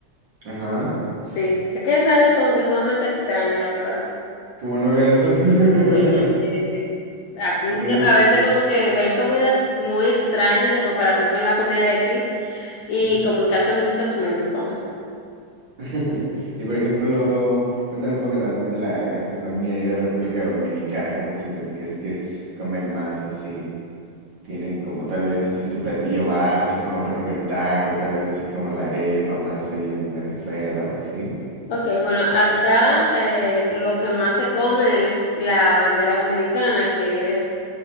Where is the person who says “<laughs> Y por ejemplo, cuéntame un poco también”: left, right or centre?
Right